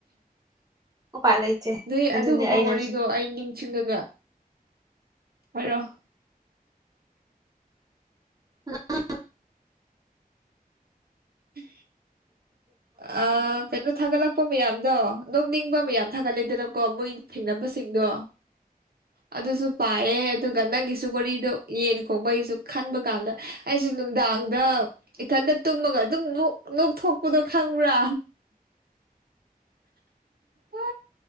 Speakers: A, on the right; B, on the right.
A: ꯎꯄꯥꯏ ꯂꯩꯇꯦ
B: ꯅꯣꯏ
A: ꯑꯗꯨꯅꯤ
B: ꯑꯗꯨꯒꯨꯝꯕ
A: ꯑꯩꯅ
B: ꯋꯥꯔꯤꯗꯣ ꯑꯩ ꯅꯤꯡꯁꯤꯡꯉꯒ ꯍꯥꯏꯔꯣ
A: ꯑ
B: ꯎꯝ ꯑ ꯀꯩꯅꯣ ꯊꯥꯒꯠꯂꯛꯄ ꯃꯌꯥꯝꯗꯣ ꯅꯣꯛꯅꯤꯡꯕ ꯃꯌꯥꯝꯠ ꯈꯒꯂꯦꯗꯅꯀꯣ ꯃꯣꯏ ꯊꯦꯡꯅꯕꯁꯤꯡꯗꯣ ꯑꯗꯨꯁꯨ ꯄꯥꯏꯑꯦ ꯑꯗꯨꯒ ꯅꯪꯒꯤꯁꯨ ꯋꯥꯔꯤꯗꯣ ꯌꯦꯟ ꯈꯣꯕꯒꯤꯁꯨ ꯈꯟꯕ ꯀꯥꯟꯗ ꯑꯩꯁꯨ ꯅꯨꯡꯗꯥꯡꯗ ꯏꯊꯟꯗ ꯇꯨꯝꯃꯒ ꯑꯗꯨꯝ ꯅꯣꯛꯊꯣꯛꯄꯗꯣ ꯈꯪ꯭ꯔꯥ ꯍ